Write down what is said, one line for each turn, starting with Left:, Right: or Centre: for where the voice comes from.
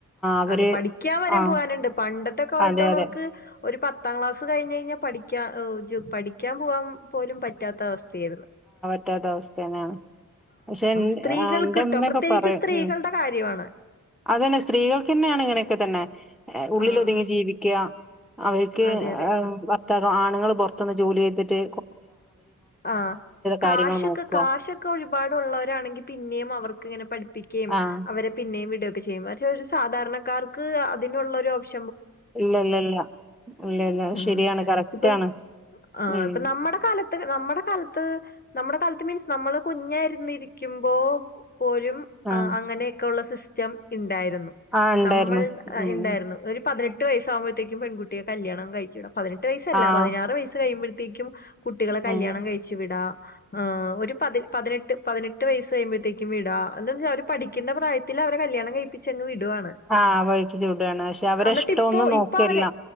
Centre: അവര്
Left: അതെ പഠിക്കാൻ വരെം
Centre: ആ
Left: പോവാനുണ്ട് പണ്ടത്തെ കാലത്തുള്ളോർക്ക്
Centre: അതെ അതെ
Left: ഒരു പത്താം ക്ലാസ് കഴിഞ്ഞു കഴിഞ്ഞാൽ പഠിക്കാ ഒ ജ് പഠിക്കാൻ പോവാം പോലും പറ്റാത്ത അവസ്ഥയേര്ന്ന്
Centre: റ്റാത്ത അവസ്ഥന്നെയാണ് പക്ഷെ ഇൻ
Left: സ്ത്രീകൾക്ക്
Centre: ആ ഇന്റമ്മക്കെ
Left: ട്ടോ പ്രത്യേകിച്ച്
Centre: പറയും
Left: സ്ത്രീകളുടെ
Centre: ഉം
Left: കാര്യമാണ്
Centre: അതന്നെ സ്ത്രീകൾക്കന്നേണ് ഇങ്ങനെയൊക്കെ തന്നെ ഉള്ളിലൊതുങ്ങി
Left: ആഹ്
Centre: ജീവിക്ക്യ അവരിക്ക്
Left: അതെ അതെ
Centre: ആ ഭർത്താക്കൻ ആണുങ്ങള് പൊറത്തൊളള ജോലി ചെയ് തെറ്റ്
Left: ആ കാശൊക്കെ
Centre: കാര്യങ്ങൾ നോക്കുക
Left: കാശൊക്കെ ഒരുപാടുള്ളവരാണെങ്കിൽ പിന്നെയും അവർക്ക് ഇങ്ങനെ പഠിപ്പ ക്കയും
Centre: ആഹ്
Left: അവരെ പിന്നെയും വിടുവൊക്കെ <unintelligible> ഒരു സാധാരണക്കാർക്ക് അ അതിനുള്ളൊരോപ്ഷ
Centre: ഇല്ല ഇല്ല ഇല്ല ഇല്ല ഇല്ല അത്
Left: ഉം
Centre: ശരിയാണ് കറക്റ്റാണ്
Left: ഇപ്പൊ ആ
Centre: ഉം
Left: ഇപ്പൊ നമ്മടെ കാലത്ത് നമ്മടെ കാലത്ത് നമ്മടെ കാലത്ത് മീൻസ് നമ്മള് കുഞ്ഞായിരുന്നിരിക്കുമ്പോ പോഴും ആ
Centre: ആഹ്
Left: അങ്ങനെയൊക്കെ ഒള്ള സിസ് റ്റം ഇൺ ണ്ടായിരുന്നു
Centre: ആഹ് ഉണ്ടായിരുന്നു
Left: നമ്മൾ അ
Centre: ഉം
Left: ഇണ്ടായിരുന്നു ഒരു പതിനെ എട്ട് വയസ്സാകുമ്പോഴത്തേയ്ക്കും പെൺകുട്ടിയെ കല്യാണം കഴിച്ചുവിടും പതിനെട്ട് വയസ്സല്ല
Centre: ആഹ്
Left: പതിനാറ് വയസ്സ് കഴിയുമ്പഴ േക്കും <unintelligible> കുട്ടികളെ കല്യാണം
Centre: ഉം
Left: കഴിച്ചു വിടാ ആഹ് ഒരു പതി പതിനെട്ട് പതിനെട്ട് വയസ്സ് കഴുമ്പോഴേക്കും വിടാ എന്താ അവര് പഠിക്കുന്ന പ്രായത്തില് അവരെ കല്യാണം കഴിപ്പിച്ചങ് വിട് ടുവാണ്
Centre: ആഹ് വഴിക്ക് ചൂടാണ് പക്ഷെ അവരെ
Left: എന്നിട്ട്
Centre: ഇഷ്ടമൊന്നും
Left: ഇപ്പൊ
Centre: നോക്കല്ല
Left: ഇപ്പോ അവര്